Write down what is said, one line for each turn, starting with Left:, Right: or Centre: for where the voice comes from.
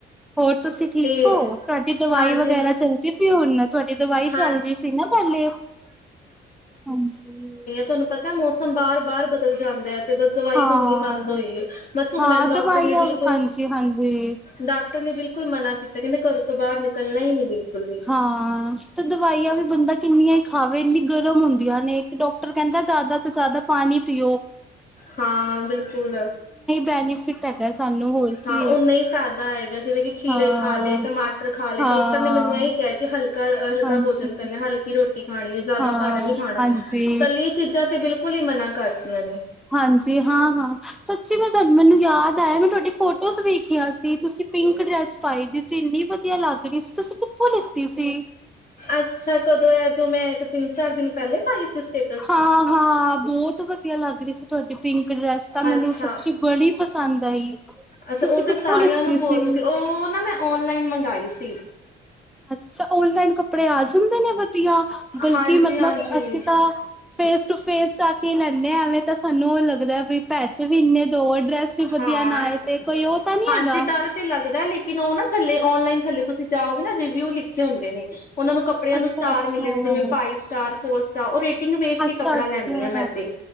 Centre: ਹੋਰ ਤੁਸੀਂ ਠੀਕ
Left: ਤੇ
Centre: ਓ? ਤੁਹਾਡੀ ਦਵਾਈ
Left: ਹਾਂਜੀ
Centre: ਵਗੈਰਾ ਚੱਲਦੀ ਹੁਣ ਤੁਹਾਡੀ ਦਵਾਈ
Left: ਹਾਂ
Centre: ਚੱਲ ਰਹੀ ਸੀ ਨਾ ਪਹਿਲੇ, ਹਾਂਜੀ।
Left: ਤੋਂਨੂੰ ਪਤਾ ਮੌਸਮ ਬਾਰ ਬਾਰ ਬਦਲ ਜਾਂਦੈ। ਤੇ ਬਸ ਦਵਾਈ
Centre: ਹਾਂ
Left: ਹੁਣ ਨ ਬੰਦ ਹੋਈ ਏ ਬਸ ਹੁਣ
Centre: ਹਾਂ
Left: ਮੈਨ ਡਾਕਟਰ
Centre: ਦਵਾਈਆਂ
Left: ਨੇ ਬਿਲਕੁਲ
Centre: ਹਾਂਜੀ ਹਾਂਜੀ
Left: ਡਾਕਟਰ ਨੇ ਬਿਲਕੁਲ ਮਨਾ ਕੀਤਾ ਕਹਿੰਦੇ ਘਰੋਂ ਤੋਂ ਬਾਹਰ ਨਿਕਲਣਾ ਹੀ ਨੀ ਬਿਲਕੁਲ। ਵੀ
Centre: ਹਾਂ। ਤੇ ਦਵਾਈਆਂ ਵੀ ਬੰਦਾ ਕਿੰਨੀਆਂ ਹੀ ਖਾਵੇ ਇੰਨੀ ਗਰਮ ਹੁੰਦੀਆਂ ਨੇ ਇੱਕ ਡਾਕਟਰ ਕਹਿੰਦਾ ਜ਼ਿਆਦਾ ਤੋਂ ਜ਼ਿਆਦਾ ਪਾਣੀ ਪੀਯੋ।
Left: ਹਾਂ ਬਿਲਕੁਲ,
Centre: ਬੈਨੀਫਿਟ ਹੈਗਾ ਸਾਨੂੰ ਹੋਰ ਕੀ
Left: ਹਾਂ
Centre: ਹੈ
Left: ਓਨਾ ਹੀ ਫੈਦਾ ਆਏਗਾ ਜਿਵੇਂ ਕਿ ਖੀਰੇ
Centre: ਹਾਂ
Left: ਖਾ ਲਏ ਟਮਾਟਰ ਖਾ ਲਏ
Centre: ਹਾਂ
Left: ਡਾਕਟਰ ਨੇ ਮੈਨੂੰ ਇਹ ਕਹਿ ਕੇ ਹਲਕਾ ਹਲਕਾ
Centre: ਹਾਂਜੀ
Left: ਭੋਜਨ ਕਰਨਾ ਹਲਕੀ ਰੋਟੀ ਖਾਣੀ ਜ਼ਿਆਦਾ
Centre: ਹਾਂ
Left: ਭਾਰ ਨੀ ਖਾਣਾ।
Centre: ਹਾਂਜੀ
Left: ਤੱਲੇ ਚੀਜ਼ਾਂ ਤੇ ਬਿਲਕੁਲ ਹੀ ਮਨਾ ਕਰਦੀਆਂ ਨੇ।
Centre: ਹਾਂਜੀ ਹਾਂ ਹਾਂ ਸੱਚੀ ਮੈਂ ਤੁੂੰ ਮੈਨੂੰ ਯਾਦ ਆਇਆ ਮੈਂ ਤੁਹਾਡੀ ਫੋਟੋਜ਼ ਵੇਖੀਆਂ ਸੀ। ਤੁਸੀਂ ਪਿੰਕ ਡਰੈਸ ਪਾਈ ਦੀ ਸੀ, ਇੰਨੀ ਵਧੀਆ ਲੱਗ ਰਹੀ ਸੀ। ਤੁਸੀਂ ਕਿੱਥੋਂ ਲਿੱਤੀ ਸੀ?
Left: ਅੱਛਾ ਕਦੋਂ ਐ ਜੋ ਮੈਂ ਇੱਕ ਤਿੰਨ ਚਾਰ ਦਿਨ ਪਹਿਲੇ ਪਾਈ ਸੀ। ਸਟੇ
Centre: ਹਾਂ ਹਾਂ ਬਹੁਤ ਵਧੀਆ ਲੱਗ ਰਹੀ ਸੀ। ਤੁਹਾਡੀ ਪਿੰਕ ਡਰੈਸ ਤਾਂ ਮੈਨੂੰ
Left: ਅੱਛਾ
Centre: ਸੱਚੀ ਬੜੀ ਪਸੰਦ ਆਈ।
Left: ਅੱਛਾ
Centre: ਤੁਸੀਂ
Left: ਉਹ
Centre: ਕਿੱਥੋਂ
Left: ਤੇ ਸਾਰਿਆਂ
Centre: ਲਿੱਤੀ
Left: ਨੂੰ ਬਹੁਤ
Centre: ਸੀ?
Left: ਉਹ ਨਾ ਮੈਂ ਔਨਲਾਈਨ ਮੰਗਾਈ ਸੀ।
Centre: ਅੱਛਾ, ਓਨਲਾਈਨ ਕੱਪੜੇ ਆ ਜਾਂਦੇ ਨੇ ਵਧੀਆ? ਬਲਕਿ
Left: ਹਾਂਜੀ
Centre: ਮਤਲਬ
Left: ਹਾਂਜੀ
Centre: ਅਸੀਂ ਤਾਂ ਫੇਸ ਟੂ ਫੇਸ ਆ ਕੇ ਲੈਂਨੇ ਆਂ ਐਵੇਂ ਤਾਂ ਸਾਨੂੰ ਉਹ ਲੱਗਦਾ ਵੀ ਪੈਸੇ ਵੀ ਇੰਨੇ ਦੋ, ਡਰੈਸ ਤੁ ਵਧੀਆ
Left: ਹਾਂ
Centre: ਨਾਏ ਤੇ ਕੋਈ ਉਹ ਤਾਂ ਨੀਂ
Left: ਹਾਂਜੀ
Centre: ਹੈਗਾ।
Left: ਡਰ ਤੇ ਲੱਗਦਾ, ਲੇਕਿਨ ਉਹ ਨਾ ਥੱਲੇ ਔਨਲਾਈਨ ਥੱਲੇ ਤੁਸੀਂ ਜਾਓਗੇ ਨਾ ਰਿਵਿਊ ਲਿਖੇ ਹੁੰਦੇ ਨੇ ਉਹਨਾਂ ਨੂੰ ਕਪੜੇ ਕੱਪੜਿਆਂ
Centre: ਅੱਛਾ
Left: ਨੂੰ ਸਟਾਰ
Centre: ਅੱਛਾ
Left: ਮਿਲੇ ਨੇ ਜਿਵੇ ਫਾਈਵ ਸਟਾਰ ਫੋਰ ਸਟਾਰ ਉਹ ਰੇਟਿੰਗ ਵੇਖ
Centre: ਅੱਛਾ
Left: ਕੇ ਕੱਪੜਾ ਲੈਦੀ
Centre: ਅੱਛਾ
Left: ਆ ਮੈਂ ਤੇ